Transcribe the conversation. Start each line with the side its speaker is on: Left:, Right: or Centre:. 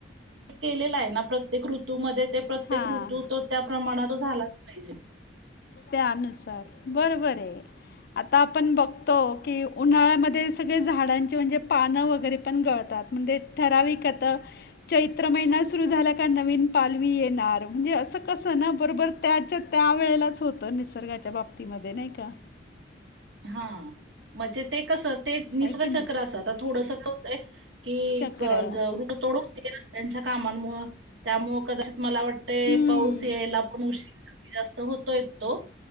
Right: केलेलं आहे. ना प्रत्येक ऋतूमध्येते प्रत्येक
Left: हां
Right: ऋतू तो त्या प्रमाणात झालाच पाहिजे
Left: त्यानुसार बरोबर ये. आता आपण बघतो की उन्हाळ्यामध्ये सगळे झाडांची म्हणजे पानं वगैरे पण गळतात. म्हणजे ठराविक आता चैत्र महिना सुरू झाला का नवीन पालवी येणार. म्हणजे असं कसं ना बरोबर त्याच्यात त्या वेळेलाच होतं निसर्गाच्या बाबतीमध्ये नाही का?
Right: हा म्हणजे ते कस ते निसर्गचक्र
Left: आहे की नाही
Right: असं आता थोडस काय होतय कि
Left: चक्र
Right: ज <unintelligible> तोडून होते रस्त्यांच्या कामांमुळं तत्यामूळ कदाचित मला वाटते
Left: हम्म.
Right: पाऊस यायला पण उशीर जास्त होतोय तो.